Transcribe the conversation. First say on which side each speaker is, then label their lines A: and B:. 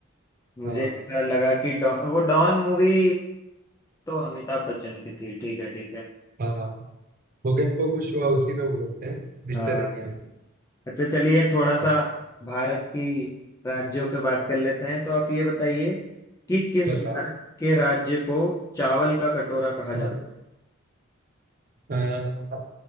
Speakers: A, on the left; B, on the right.
A: मुझे
B: हाँ
A: ऐसा लगा कि डॉन वो डॉन मूवी तो अमिताभ बच्चन की थी ठीक है ठीक है
B: हाँ भूकंप को कुशवा उसी में बोलते हैं मिस्टर
A: हाँ
B: इंडिया में
A: अच्छा चलिए थोड़ा सा
B: हाँ,
A: भारत की राज्यों पे बात कर लेते हैं तो आप ये बताइए कि किस
B: बताओ
A: भारत के राज्य को चावल का कटोरा कहा जाता
B: हाँ अ,